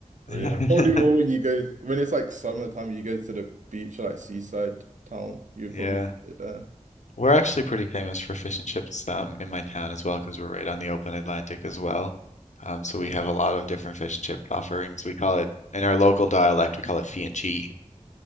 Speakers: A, on the right (about 80°); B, on the left (about 70°).
A: but
B: <laughs>
A: yeah, probably more when you go when it's like summertime. You go to the beach, like seaside town. You'd probably
B: Yeah,
A: get it there.
B: we're actually pretty famous for fish and chips um, in my town as well because we're right on the open Atlantic as well. Um, so we have a lot of different fish and chip offerings. We call it in our local dialect, we call it fi and chi,